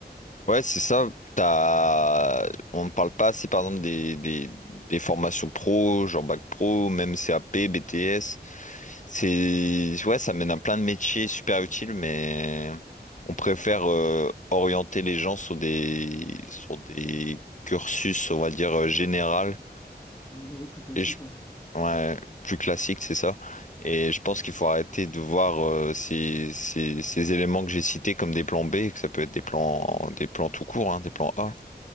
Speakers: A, on the left; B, on the left.
A: Ouais, c'est ça. T'as... On ne parle pas assez, par exemple, des, des, des formations pro, genre bac pro, même CAP, BTS. C'est... Ouais, ça mène à plein de métiers super utiles, mais on préfère euh, orienter les gens sur des, sur des cursus, on va dire, euh, général.
B: Les numéros plus classiques,
A: Et je...
B: ouais.
A: ouais, plus classique, c'est ça. Et je pense qu'il faut arrêter de voir euh, ces, ces, ces éléments que j'ai cités comme des plans B, que ça peut être des plans, des plans tout court, hein, des plans A.